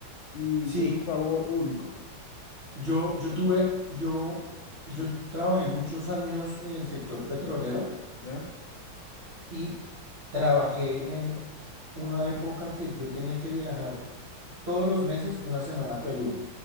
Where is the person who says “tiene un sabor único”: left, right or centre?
Left